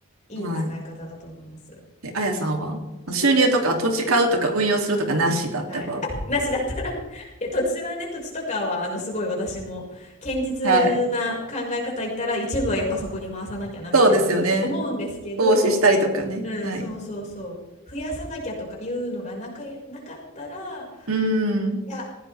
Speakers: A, on the left; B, on the right.
A: い、
B: はい。
A: いい使い方だと思います。
B: で、あやさんは収入とか土地買うとか運用するとかなしだった場合。
A: はい。<laughs> なしだったら <laughs> いや、土地はね、土地とかは、あの、すごい私も、堅実な考え方言ったら、
B: はい。
A: 一部はやっぱそこに回さなきゃな、みたいな、
B: そうですよね。
A: 思うんですけど、
B: 投資したりとかね。
A: うん、
B: はい。
A: そうそうそう。増やさなきゃとかいうのがなか、なかったら、
B: うん。
A: いや、